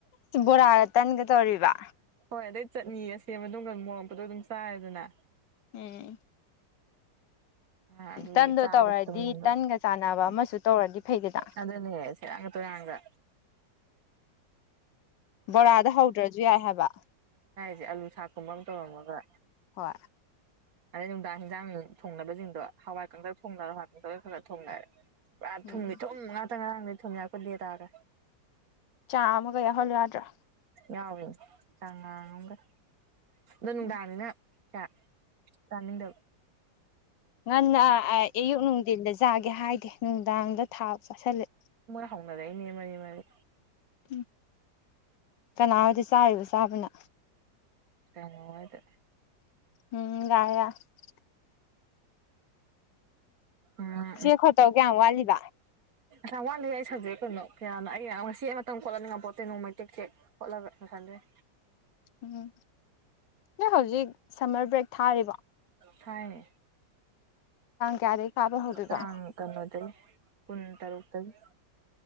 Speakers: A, on the left; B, on the right.
A: ꯣꯔ ꯍꯥꯏꯒ ꯇꯥꯟꯒ ꯇꯧꯔꯤꯔꯤꯕ
B: ꯍꯣꯏ ꯑꯗꯩ ꯆꯠꯅꯤ ꯑꯁꯦꯝꯕ ꯑꯗꯨꯝꯒ ꯃꯣꯛꯄꯗꯣ ꯑꯗꯨꯝ ꯆꯥꯏꯔꯦꯗꯅ
A: ꯎꯝ
B: ꯑ ꯑꯗꯨꯒꯤ
A: ꯇꯟꯗꯣ
B: ꯆꯥꯕ
A: ꯇꯧꯔꯗꯤ
B: ꯊꯨꯝꯕ
A: ꯇꯟꯒ ꯆꯥꯟꯅꯕ
B: ꯎ
A: ꯑꯃꯁꯨ ꯇꯧꯔꯗꯤ ꯐꯩꯗꯅ
B: ꯑꯗꯨꯅꯦ ꯁꯦꯔꯥꯡꯒ ꯇꯣꯏꯨꯔꯥꯡꯒ
A: ꯕꯣꯔꯥꯗ ꯍꯧꯗ꯭ꯔꯁꯨ ꯌꯥꯏ ꯍꯥꯏꯕ
B: ꯁꯤ ꯑꯥꯂꯨ ꯁꯥꯛꯀꯨꯝꯕ ꯑꯃ ꯇꯧꯔꯝꯃꯒ
A: ꯍꯠ
B: ꯑꯗꯩ ꯅꯨꯡꯗꯥꯡ ꯍꯤꯟꯖꯥꯡ ꯅꯨꯡ ꯊꯣꯡꯅꯕꯁꯤꯡꯗꯣ ꯍꯋꯥꯏ ꯀꯪꯇ ꯐꯨꯡ ꯍꯥ ꯈꯔ ꯊꯨꯡꯅꯔ ꯄꯨꯔꯥ ꯊꯨꯝꯉ
A: ꯎꯝ
B: ꯊꯨꯝ ꯉꯥꯛꯇꯪ ꯉꯥꯡꯅꯤ ꯊꯨꯝꯌꯥꯛꯄꯨꯗꯦ ꯇꯥꯒꯦ
A: ꯆꯥꯃꯒ ꯌꯥꯎꯍꯜꯂ ꯌꯥꯗ꯭ꯔꯥ
B: ꯌꯥꯎꯋꯦ ꯆꯥꯡꯉꯝꯒ ꯑꯗꯨꯅꯨꯡꯗꯥꯅꯤꯅ
A: ꯎꯝ
B: ꯑ ꯀꯃꯤꯗ
A: ꯅꯥꯟ ꯌꯨꯅꯨꯡ ꯏꯜꯂꯦꯖꯦ ꯀ ꯍꯥꯏꯗꯦ ꯅꯨꯡꯗꯥꯡꯗ ꯊꯥ ꯆꯥꯁꯤꯜꯂꯛꯦ
B: ꯊꯥꯎꯅꯗꯅꯦ ꯃꯅꯤ ꯃꯅꯤ
A: ꯎ ꯀꯅꯥ ꯑꯣꯏꯔꯗꯤ ꯆꯥꯔꯤꯕ ꯆꯥꯕꯅ
B: ꯀꯃ ꯍꯗ
A: ꯎꯝ ꯂꯌꯥ <unintelligible>
B: ꯎꯝ
A: ꯆꯦ ꯈꯣꯠꯇꯧ ꯀꯌꯥꯝ ꯋꯥꯠꯂꯤꯕ
B: ꯌꯥꯝ ꯋꯥꯠꯂꯤꯌꯦ ꯑꯩ ꯁꯨꯕꯖꯦꯛ ꯀꯌꯥꯅꯣ ꯀꯌꯥꯅ ꯑꯩ ꯉꯁꯤ ꯑꯃꯇꯪ ꯈꯣꯠꯂꯅꯤꯡꯉꯥꯏ ꯄꯣꯠꯇꯩ ꯅꯣꯡ ꯃꯩ ꯇꯦꯛ ꯇꯦꯛ ꯈꯣꯠꯂꯒ ꯂꯣꯏꯁꯟ ꯗꯣꯏꯅꯤ
A: ꯎꯝ ꯅ ꯍꯧꯖꯤ ꯁꯝꯃꯔ ꯕ꯭ꯔꯦꯛ ꯊꯥꯔꯤꯕ
B: ꯊꯥꯌꯦ
A: ꯀꯌꯥꯗꯩ ꯀꯥꯕ ꯍꯧꯗꯣꯏꯕ
B: ꯇꯥꯡ ꯀꯩꯅꯣꯗꯒꯤ ꯀꯨꯟ ꯇꯔꯨꯛ ꯇꯒꯤ